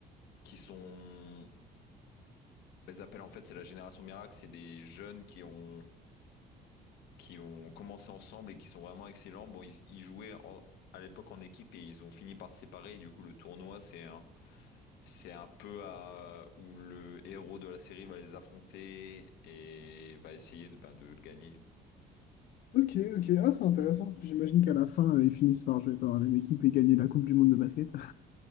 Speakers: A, on the left (about 80°); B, on the left (about 60°).
A: qui sont, on les appelle en fait, c'est la génération miracle, c'est des jeunes qui ont, qui ont commencé ensemble et qui sont vraiment excellents. Bon, ils, ils jouaient en- à l'époque en équipe et ils ont fini par se séparer et du coup, le tournoi, c'est un C'est un peu à... où le héros de la série va les affronter et va essayer de, bah, de le gagner du coup.
B: Ok, ok. Ah, c'est intéressant. J'imagine qu'à la fin, euh, ils finissent par jouer dans la même équipe et gagner la Coupe du Monde de basket.